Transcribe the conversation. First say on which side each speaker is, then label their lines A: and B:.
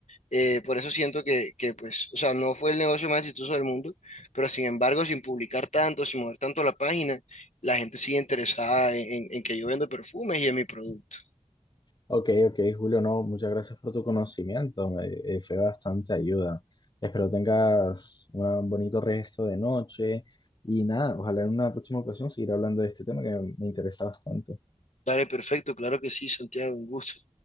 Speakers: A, on the left (about 75°); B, on the left (about 40°).
A: Eh, por eso siento que, que, pues, o sea, no fue el negocio más exitoso del mundo, pero sin embargo, sin publicar tanto, sin mover tanto la página, la gente sigue interesada en, en- en que yo vendo perfumes y en mi producto.
B: Ok, ok, Julio, no, muchas gracias por tu conocimiento, me eh, fue bastante ayuda. Espero tengas un bonito resto de noche y nada, ojalá en una próxima ocasión seguir hablando de este tema que me interesa bastante.
A: Dale, perfecto, claro que sí, Santiago, un gusto.